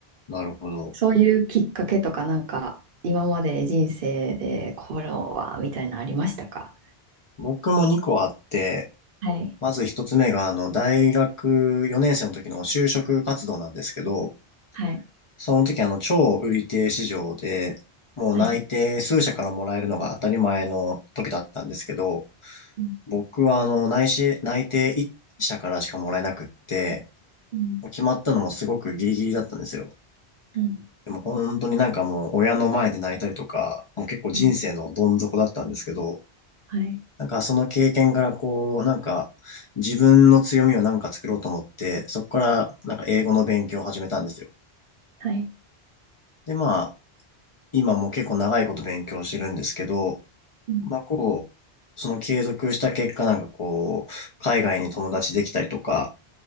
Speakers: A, on the left; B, on the right.
A: なるほど。
B: そういうきっかけとかなんか今まで人生でこれはみたいなのありましたか
A: 僕も2個あって、
B: はい。
A: まず1つ目が、あの、大学4年生の時の就職活動なんですけど、
B: はい。
A: その時、あの、超売り手市場で、もう内定数社からもらえるのが当たり前の時だったんですけど、
B: はい。うん。
A: 僕は、あの、内し内定1社からしかもらえなくって、
B: うん。
A: 決まったのもすごくギリギリだったんですよ。
B: うん
A: でも本当になんかもう親の前で泣いたりとか、もう結構人生のどん底だったんですけど、
B: うんはい。
A: なんかその経験からこう、なんか自分の強みをなんか作ろうと思って、そこからなんか英語の勉強を始めたんですよ。
B: はい。
A: でまあ、今も結構長いこと勉強してるんですけど、
B: うん。
A: まあこう、その継続した結果なんかこう、海外に友達できたりとか、